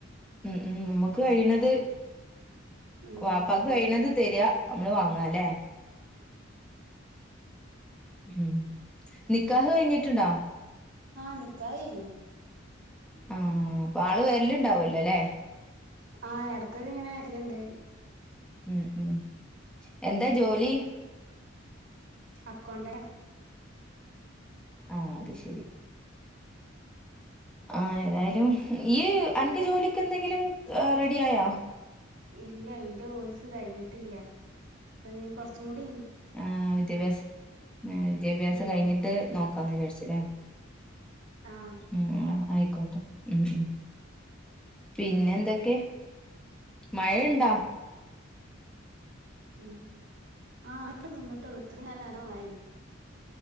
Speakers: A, in the centre; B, on the right.
A: ഉം ഉം നമ്മുക്ക് കഴിണത്
B: ഉം
A: ബാപ്പക്ക്
B: അതെ
A: കഴിണത് തെര്ക. നമ്മെള് വാങ്ങാല്ലേ
B: ആഹ്
A: ഉം നിക്കാഹ് കഴിഞ്ഞിട്ടുണ്ടോ?
B: ആഹ് നിക്കാഹ് കഴിഞു
A: ആ അപ്പൊ ആള് വെരെല്ലൊണ്ടാവുലല്ലേ.
B: ആഹ് എടകെക്കെയിങ്ങനെ വെരലൊണ്ട്.
A: ഉം ഉം എന്താ ജോലി?
B: അക്കോണ്ടാ
A: ആഹ് അത് ശെരി ആഹ് ഏതായാലും ഈയ്യ് അൻക്ക് ജോലിയൊക്കെ എന്തെങ്കിലും റെഡി ആയോ?
B: ഇല്ല ഇന്റെ വോയിസ് കയിഞ്ഞിട്ടില്ല അത് ഇനി കൊറച്ചും കൂടി
A: ആഹ് വിദ്യാഭ്യാസം ഏഹ് വിദ്യാഭ്യാസം
B: ഉം
A: കഴിഞ്ഞിട്ട് നോക്കാന്ന് വിചാരിച്ചൂല്ലേ
B: ആഹ്
A: ഉം ആഹ് ആയിക്കോട്ടെ ഉം ഉം പിന്നെന്തൊക്കെയാ മഴണ്ടോ
B: ഉം ആഹ് <unintelligible> നിന്നിട്ടുള്ളൂ ഇത്രേം നേരം നല്ല മയ ആയിന്